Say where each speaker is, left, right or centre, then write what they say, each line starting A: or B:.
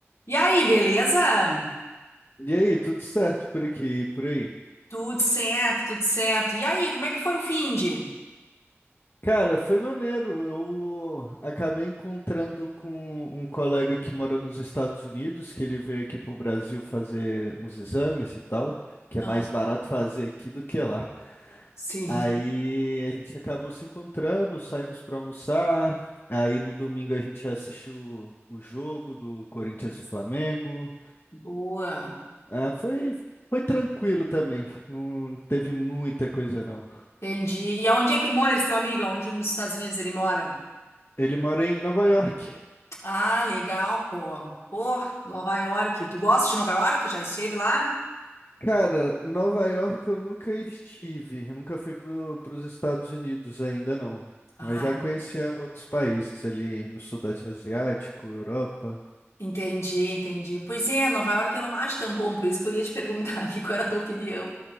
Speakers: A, on the left; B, on the left.
A: E aí, beleza?
B: E aí, tudo certo por aqui, e por aí?
A: Tudo certo, tudo certo. E aí, como é que foi o finde?
B: Cara, foi maneiro. Eu acabei encontrando com um colega que mora nos Estados Unidos, que ele veio aqui pro Brasil fazer uns exames e tal, que
A: Ah,
B: é mais barato fazer aqui do que lá.
A: sim.
B: Aí a gente acabou se encontrando, saímos para almoçar. Aí no domingo a gente assistiu o jogo do Corinthians e Flamengo.
A: <laughs> Boa.
B: Ah, foi, foi tranquilo também, não teve muita coisa não.
A: Entendi. E aonde é que mora esse teu amigo? Onde nos Estados Unidos ele mora?
B: Ele mora em Nova York.
A: Ah, legal, pô. Pô, Nova York. Tu gosta de Nova York? Já esteve lá?
B: Cara, Nova York eu nunca estive, eu nunca fui para os Estados Unidos ainda não,
A: Ah,
B: mas já conhecia outros países ali no Sudeste Asiático, Europa.
A: entendi, entendi. Pois é, Nova York eu não acho tão bom, por isso que eu ia te <laughs> perguntar aqui qual era a tua opinião.